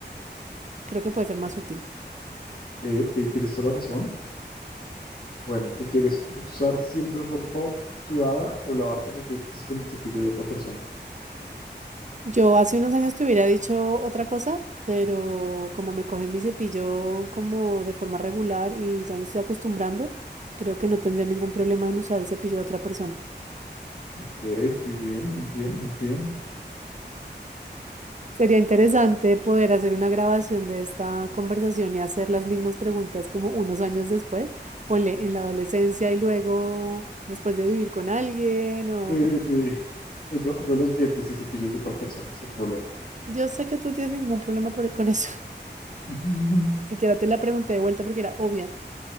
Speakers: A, on the right; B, on the left.
A: creo que puede ser más útil.
B: Ok, ok, tienes toda la razón. Bueno, ¿qué quieres? ¿Usar siempre ropa sudada o lavarte los dientes con el cepillo de otra persona?
A: Yo hace unos años te hubiera dicho otra cosa, pero como me coge mi cepillo como de forma regular y ya me estoy acostumbrando, creo que no tendría ningún problema en usar el cepillo de otra persona.
B: Ok, muy bien, muy bien, muy bien.
A: Sería interesante poder hacer una grabación de esta conversación y hacer las mismas preguntas como unos años después, ponle en la adolescencia y luego después de vivir con alguien o...
B: Eh,
A: co-
B: sí, Pues yo, yo los dientes y cepillos de otra persona, sin problema.
A: Yo sé que tú tienes ningún problema por- con eso.
B: <laughs>
A: <laughs> Siquiera te la pregunté de vuelta porque era obvia.